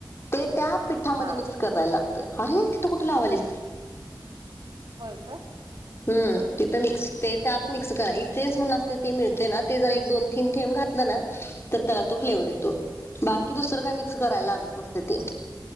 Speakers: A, on the left; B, on the right.
A: ते त्या पिठामध्ये
B: हा
A: मिक्स करायला लागतं अरे तिथं कुठे लावालेस
B: होय का
A: हम तिथं मिक्स ते त्यात मिक्स करा इसेन्स म्हणून असते ते मिळते ना ते जर एक दोन थेंब थेंब घातलं ना तर त्याला तो
B: हम्म.
A: फ्लेवर येतो बाकी दुसरं काय मिक्स करायला लागत नसते ते